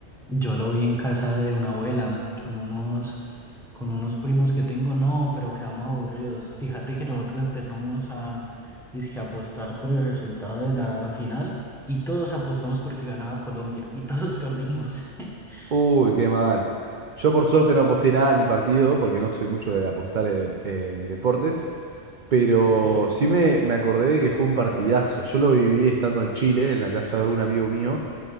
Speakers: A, in the centre; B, on the right.
A: Yo lo vi en casa de una abuela con unos, con unos primos que tengo, no, pero quedamos aburridos. Fíjate que nosotros empezamos a dizque apostar por el resultado de la final y todos apostamos porque ganaba Colombia y todos <laughs> perdimos. <laughs>
B: Uy, qué mal. Yo por suerte no aposté nada en el partido porque no soy mucho de apostar en, en deportes, pero
A: Ok,
B: sí me, me acordé de que fue un partidazo. Yo lo viví estando en Chile, en la casa de un amigo mío.